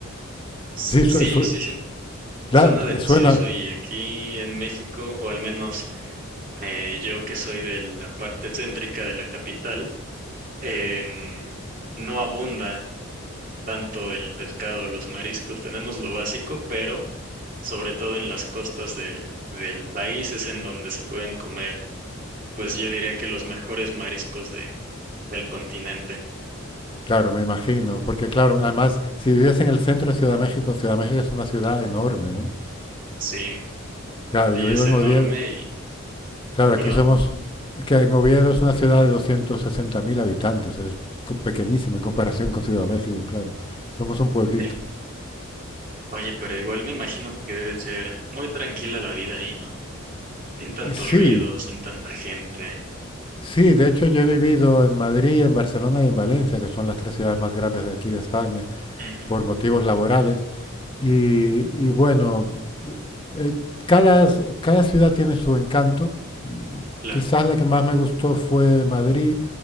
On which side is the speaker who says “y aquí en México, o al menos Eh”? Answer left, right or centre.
Right